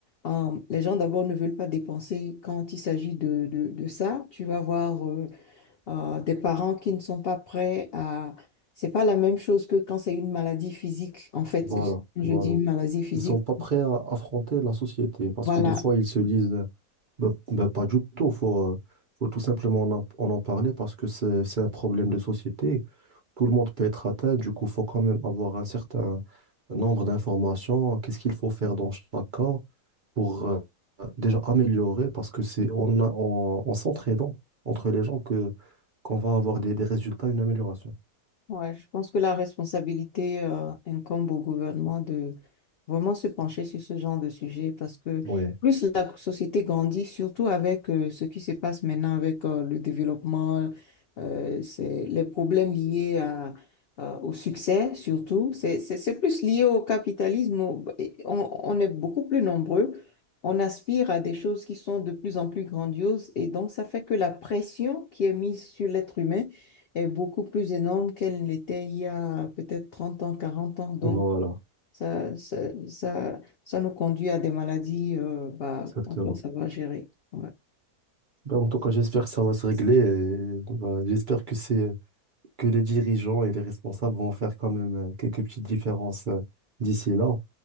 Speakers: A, on the left; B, on the right.
A: euh, les gens d'abord ne veulent pas dépenser quand il s'agit de, de, de ça. Tu vas voir euh, euh, des parents qui ne sont pas prêts à... C'est pas la même chose que quand c'est une maladie physique. En fait,
B: Voilà,
A: je
B: voilà.
A: je dis une maladie physique.
B: Ils sont pas prêts à affronter la société parce
A: Voilà,
B: que des fois, ils se disent... Bah, bah, pas du tout. Faut, euh, faut tout simplement en, en en parler parce que c'est, c'est un problème de société. Tout le monde peut être atteint. Du coup, faut quand même avoir un certain nombre d'informations. Qu'est-ce qu'il faut faire dans chaque cas pour euh, déjà améliorer parce que c'est en, a- en, en s'entraidant entre les gens que qu'on va avoir des, des résultats, une amélioration.
A: Ouais, je pense que la responsabilité euh, incombe au gouvernement de vraiment se pencher sur ce genre de sujet parce que
B: Ouais,
A: plus la société grandit, surtout avec euh, ce qui se passe maintenant avec euh, le développement, euh, c'est les problèmes liés à, euh, au succès surtout. C'est, c'est, c'est plus lié au capitalisme. au- et On, on est beaucoup plus nombreux. On aspire à des choses qui sont de plus en plus grandioses et donc ça fait que la pression qui est mise sur l'être humain est beaucoup plus énorme qu'elle ne l'était il y a peut-être 30 ans, 40 ans. Donc,
B: voilà,
A: ça, ça, ça, ça nous conduit à des maladies euh, bah,
B: exactement.
A: qu'on doit savoir gérer. Ouais.
B: Bah, en tout cas, j'espère que ça va se régler. et, bah, j'espère que c'est que les dirigeants et les responsables vont faire quand même euh, quelques petites différences euh, d'ici et là.